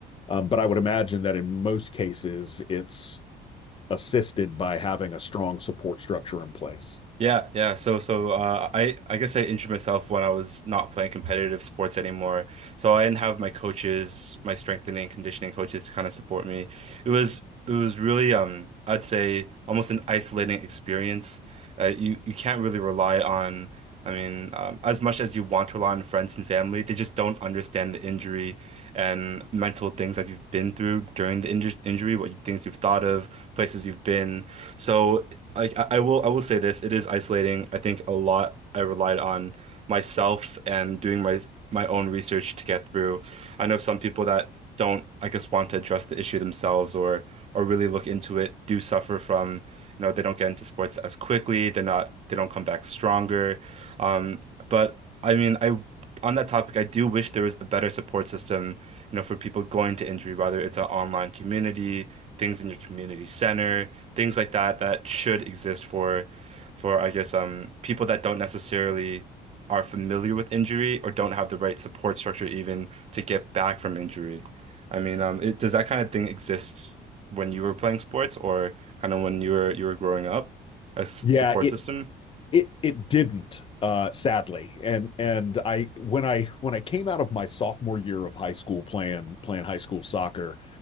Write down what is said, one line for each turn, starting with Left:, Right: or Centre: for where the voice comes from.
Left: Um, but I would imagine that in most cases, it's assisted by having a strong support structure in place.
Right: Yeah, yeah. So, so uh, I I guess I injured myself when I was not playing competitive sports anymore. So I didn't have my coaches, my strengthening and conditioning coaches to kind of support me. It was it was really um I'd say almost an isolating experience. Uh, you you can't really rely on. I mean, um, as much as you want to rely on friends and family, they just don't understand the injury and mental things that you've been through during the inj injury, what you, things you've thought of, places you've been. So like I, I will I will say this, it is isolating. I think a lot I relied on myself and doing my my own research to get through. I know some people that don't, I guess, want to address the issue themselves or or really look into it, do suffer from, you know, they don't get into sports as quickly, they're not they don't come back stronger. Um, but I mean, I on that topic, I do wish there was a better support system, you know, for people going to injury, whether it's an online community, things in your community center, things like that that should exist for for I guess um people that don't necessarily are familiar with injury or don't have the right support structure even to get back from injury. I mean, um it, does that kind of thing exist when you were playing sports or kind of when you were you were growing up? A s-
Left: Yeah,
Right: support
Left: it
Right: system?
Left: it it didn't, uh, sadly. And and I when I when I came out of my sophomore year of high school playing playing high school soccer,